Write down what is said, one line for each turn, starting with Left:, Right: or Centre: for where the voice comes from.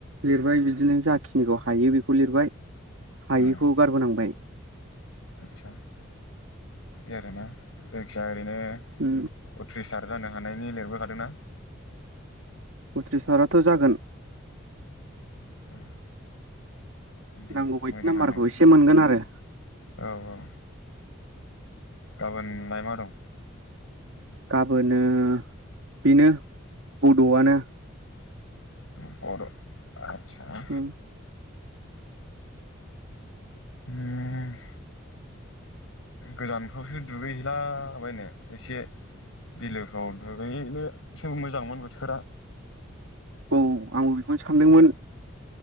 Right: लिरबाय बिदिनो जाखिनिखौ हायो बेखौ लिरबाय। हायिखौ
Left: ओ
Right: गारबोनांबाय।
Left: आदसा बिदि आरोने जायखिया ओरैनो
Right: उम।
Left: उथ्रिसार जानो हानायनि लिरबोखादोंना?
Right: उथ्रिसाराथ' जागोन।
Left: आदसा दे
Right: नांगौ बायदि
Left: मोजाङानो।
Right: नाम्बारखौ एसे मोनगोन आरो
Left: औ औ। गाबोनलाय मा दं?
Right: गाबोनो बिनो बड'आनो।
Left: उम बद' आटसा
Right: उम।
Left: हुम। गोजानफ्रावसो दुगैहैलाबायनो एसे बिलोफ्राव दुगैहैनोसो मोजांमोन बोथोरा।
Right: औ आंबो बिखौनो सानदोंमोन।